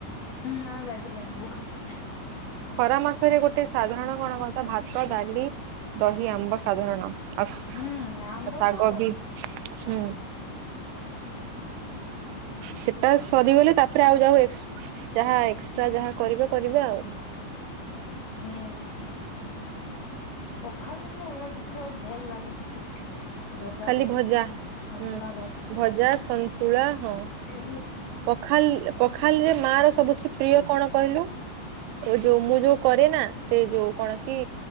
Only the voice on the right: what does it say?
ଖରା ମାସରେ ଗୋଟେ ସାଧାରଣ କଣ କଥା ଭାତ ଡାଲି। ଦହି ଆମ୍ବ ସାଧାରଣ ଆଉ।
ଶାଗ
ବି ହୁଁ। ସେଟା ସରିଗଲେ ତାପରେ ଆଉ ଯା ଯାହା ଏକ୍ସଟ୍ରା ଯାହା କରିବେ କରିବେ ଆଉ।
ଖାଲି
ଭଜା
ହୁଁ ଭଜା ସନ୍ତୁଳା ହଁ।
ପଖାଲ ପଖାଲରେ ମା ର ସବୁଠୁ ପ୍ରିୟ କଣ କହିଲୁ ଓ ଯୋଉ ମୁଁ ଯୋଉ। କରେ ନା ସେ ଯୋଉ କଣ କି